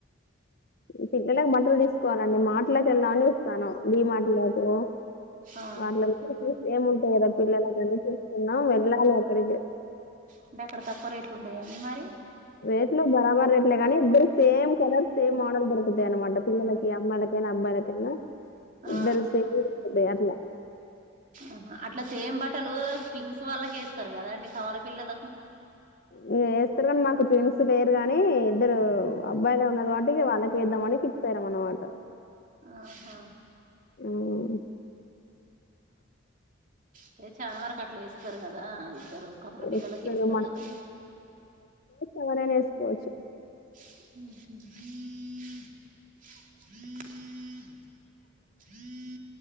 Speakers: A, on the left; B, on the right.
A: పిల్లలలకు బటలు తీసుకోవాలండి మార్టలకి వెళ్దామని చుస్తాను ీ మార్టలలకు
B: ఆ
A: వాటిల ఏముంట వేర పిల్లల కని చూస్తున్నాం వెళ్ళాలి అక్కడికి
B: అంటే ఎక్కడ తక్కువ రేట్లు ఉంటాయా అండి మరి
A: రేట్ లో బరాబర్ రేట్లే కానీ ఇద్దరికి సేమ్ కలర్ సేమ్ మోడల్ దొరుకుతాయి అనమాట పిల్లలకి అమ్మాయిలకి మ్మాయిలకై నా అబ్బాయిలకైన
B: ఆ
A: ఇద్దరు సే అట్లా
B: ఆహ అట్లా సేమ్ బట్టలు కింగ్స్ వాళ్ళకేస్తారు కదా అండి కవల పిల్లలకు
A: వేస్తారు కాని మాకు ట్విమ్ లేరు గానీ ఇద్దరు అబ్బాయిలే ఉన్నారు కాబట్టి వాళ్ళకేద్దామని ఫిక్స్ అయ్యం అన్నమాట
B: ఆహో
A: మ్మ్
B: అంటే చాలా వరకు అట్లా వేస్తారు కదా ారు కపల పిల్లలకిేస్తారు
A: వేస్తారు
B: కదని
A: ఎవరైన వేసుకోవచ్చు
B: హుహ్ <inaudible>